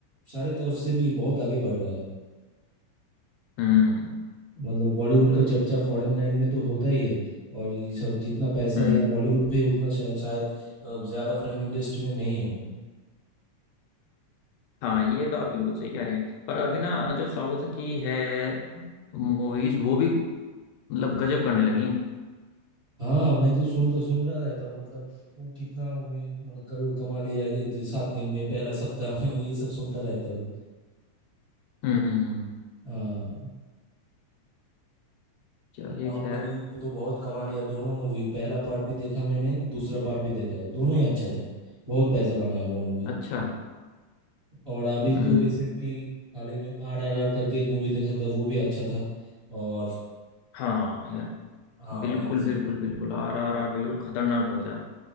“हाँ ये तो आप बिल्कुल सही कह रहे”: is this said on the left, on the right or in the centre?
Left